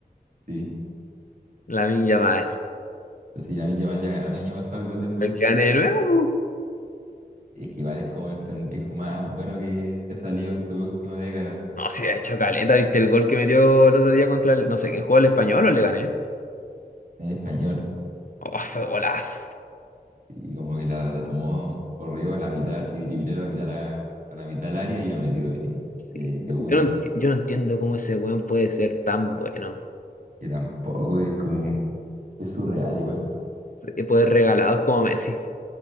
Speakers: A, on the right (about 55°); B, on the left (about 55°).
A: Sí.
B: la Yamal.
A: Entonces Lamine Yamal ya ganó el año pasado el Golden Boy.
B: El que gane de nuevo, po.
A: Es que igual es como el pendejo más bueno que, que ha salido esta última década
B: No, si ha hecho caleta, ¿viste el gol que metió el otro día contra el, no sé quién jugó el español o le gané?
A: en español.
B: Oh, fue golazo.
A: Y como que la, la tomó corrió a la mitad, así dribló a la mitad, la, a la mitad del área y lo metió de,
B: Sí.
A: de, de una.
B: Yo no, enti- yo no entiendo cómo ese weón puede ser tan bueno.
A: Que tampoco es como. es surreal igual.
B: Y poder regalados como Messi.